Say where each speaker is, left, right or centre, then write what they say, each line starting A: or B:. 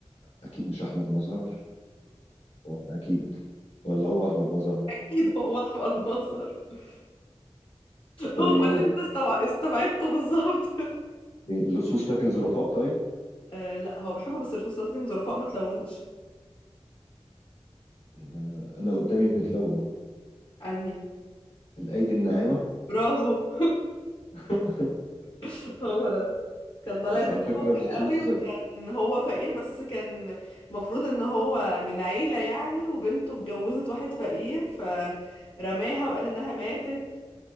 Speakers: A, on the left; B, on the left.
A: اكيد مش احمد مظهر ولا اكيد ولا هو احمد مظهر
B: <laughs> أكيد هو أحمد نصر <laughs>
A: طيب
B: هو اللي أنت استوع... استبعدته بالظبط
A: إيه، لصوص لكن ظرفاء طيب
B: <laughs> آه لا هو بحبه بس الفلوس لكن ظرفاء ما تلونش
A: اللي انا انا قدامي متلون اهو
B: أنهي
A: الايدي الناعمه
B: برافو
A: <laughs>
B: <laughs> هو ده كان طالع
A: بس
B: فيه
A: على
B: طبقي
A: فكره اللصوص
B: قوي وكان هو فقير بس كان المفروض ان هو من عيلة يعني وبنته اتجوزت واحد فقير فرماها وقال انها ماتت